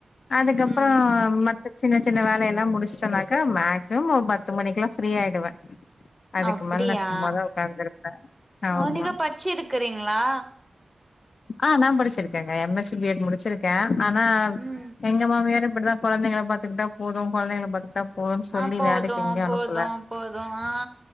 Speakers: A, on the left; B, in the centre.
A: அதுக்கப்பறோ
B: ம்
A: மத் சின்ன சின்ன வேலயல்லா முடிச்சிட்டேனாக்கா மேக்சிமம் ஒரு பத்து மணிக்குல்லா ஃப்ரீ ஆயிடுவே அதுக்கு
B: அப்டியா
A: மேல நா சும்மாதா உக்கார்ந்துருப்பே ஆமா
B: ஆ நீங்க படிச்சிருக்கிறீங்களா
A: ஆ நா படிச்சிருக்கேங்க M S C B Ed முடிச்சிருக்கே ஆனா
B: ம்
A: எங்க மாமியாரு அப்டிதா கொழந்தைங்கள பாத்துக்கிட்டா போது கொழந்தைங்கள பாத்துக்கிட்டா போதுன்னு சொல்லி
B: ஆ போது
A: வேலைக்கு எங்கயு
B: போது
A: அனுப்பல
B: போது ஆ